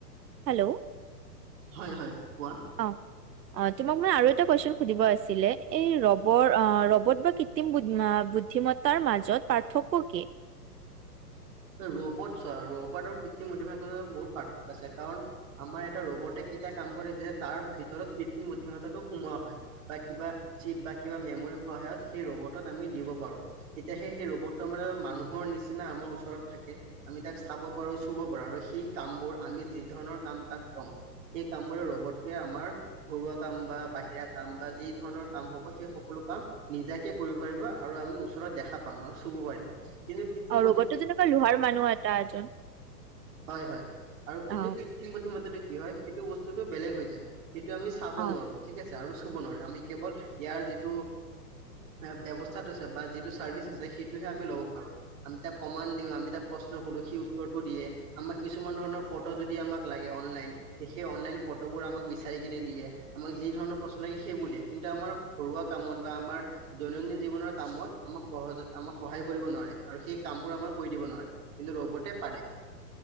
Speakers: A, on the right (about 85°); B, on the right (about 50°).
A: হেল্ল',
B: হয়-হয় কোৱা?
A: অ', অ, তোমাক মান আৰু এটা কুৱেচন সুধিব আছিলে এই ৰবৰ অ, ৰবত বা কৃত্ৰিম বুদ্ধিম মতাৰ মাজত পাৰ্থক্য কি?
B: এ ৰবট চোৱা ৰবটাৰ কৃত্ৰিম বুদ্ধিমত্তাটো বহুত পাৰ্থক্য আছে কাৰণ আমাৰ এটা ৰবটে কেতিয়া কাম কৰে যেতিয়া তাৰ ভিতৰত কৃত্ৰিম বুদ্ধিমত্তাটো সোমোৱা হয়। বা কিবা চিপ বা কিবা মেমৰী সহায়ত সেই ৰবটত আমি দিব পাৰো। এতিয়া সেই-সেই ৰ'বটটো আমাৰ মানুহৰ নিচিনা আমাৰ ওচৰত থাকে আমি তাক চাব পাৰো চুব <unintelligible> আৰু সেই কামবোৰ আমি যি ধৰণৰ কাম তাক কম সেই কাম বোৰে ৰ'বটটোৱে আমাৰ ঘৰুৱা কাম বা বাহিৰা কাম বা যি ধৰণৰ কাম হ'ব সেই সকলো কাম নিজাকে কৰিব পাৰিব আৰু আমি ওচৰত দেখা পাম আৰু চুব পাৰিম। কিন্তু কৃত্ৰিম
A: অ, ৰ'বটতো যেনেকুৱা লোহাৰ মানুহ এটা এজন।
B: হয়-হয় আৰু কিন্তু
A: অ
B: কৃত্ৰিম বুদ্ধিমত্তাটো কি হয় সেইটো বস্তুটো বেলেগ হৈ যায়। সেইটো আমি চাব
A: অ
B: নোৱাৰো ঠিক আছে আৰু চুব নোৱাৰো, আমি কেৱল ইয়াৰ যিটো <unintelligible> ব্যৱস্থা থৈছে বা যিটো চাৰ্ভিছ আছে সেইটোহে আমি ল'ব পাৰো আমি তাক কমান দিওঁ আমি তাক প্ৰশ্ন সোধো সি উত্তৰটো দিয়ে আমাক কিছুমান ধৰণৰ ফটো যদি আমাক লাগে অনলাইন তে সেই অনলাইন ফটোবোৰ আমাক বিচাৰি কিনে দিয়ে। আমাক যি ধৰণৰ প্ৰশ্ন লাগে সেইবোৰ দিয়ে। কিন্তু আমাৰ ঘৰুৱা কামত বা আমাৰ দৈনন্দিন জীৱনৰ কামত আমাক সহজে আমাক সহায় কৰিব নোৱাৰে আৰু সেই কাম বোৰ আমাক কৰি দিব নোৱাৰে। কিন্তু ৰ'বটে পাৰে।